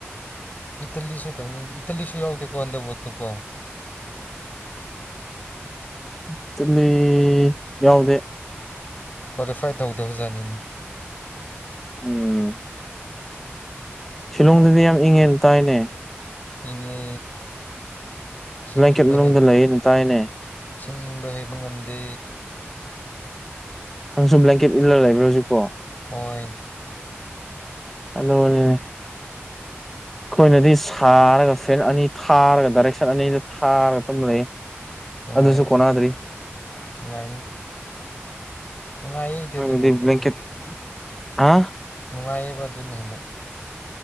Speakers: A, on the left (about 40°); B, in the centre.
A: ꯏꯠꯇꯂꯤꯁꯨ ꯇꯧꯅꯤꯡꯗꯦ ꯏꯠꯇꯂꯤꯁꯨ ꯌꯥꯎꯗꯦꯀꯣ ꯍꯟꯗꯛ ꯋꯥꯔꯜ ꯀꯞꯀꯣ
B: ꯏꯇꯂꯤ ꯌꯥꯎꯗꯦ
A: ꯀ꯭ꯋꯥꯂꯤꯐꯥꯏ ꯇꯧꯗꯕ ꯖꯥꯅꯤꯅꯦ
B: ꯎꯝ ꯁꯤꯂꯣꯡꯗꯗꯤ ꯌꯥꯝ ꯏꯪꯉꯦꯅ ꯇꯥꯏꯌꯦꯅꯦ
A: ꯏꯪꯉꯦ ꯏꯁꯤꯡ
B: ꯕ꯭ꯂꯦꯡꯀꯦꯠ
A: ꯏꯪꯕ
B: ꯃꯅꯨꯡꯗ
A: ꯍꯦꯛ
B: ꯂꯩꯌꯦꯅ
A: <unintelligible>
B: ꯇꯥꯏꯅꯦ
A: ꯏꯁꯤꯡ ꯏꯪꯕ ꯍꯩꯕ ꯉꯝꯗꯦ
B: ꯅꯪꯁꯨ ꯕ꯭ꯂꯦꯡꯀꯦꯠ ꯏꯜꯂꯒ ꯂꯩꯕ꯭ꯔ ꯍꯧꯖꯤꯛꯄꯣ
A: ꯍꯣꯏ
B: ꯑꯗꯣꯅꯤꯅꯦ ꯑꯩꯈꯣꯏꯅꯗꯤ ꯁꯥꯔꯒ ꯐꯦꯟ ꯑꯅꯤ ꯊꯥꯔꯒ ꯗꯥꯏꯔꯦꯛꯁꯟ ꯑꯅꯤꯗ ꯊꯥꯔꯒ ꯑꯗꯨꯝ ꯂꯩ
A: ꯅꯨꯡꯉꯥꯏꯒꯅꯤ
B: ꯑꯗꯨꯁꯨ ꯀꯣꯟꯅꯗ꯭ꯔꯤ
A: ꯅꯨꯡꯉꯥꯏꯒꯅꯤ <unintelligible>
B: ꯍꯣꯏꯗꯤ꯭ꯂꯀꯦꯠ
A: ꯑꯗꯨ
B: ꯍꯥ
A: ꯅꯨꯡꯉꯥꯏꯌꯦꯕ ꯑꯗꯨꯅ ꯍꯦꯟꯅ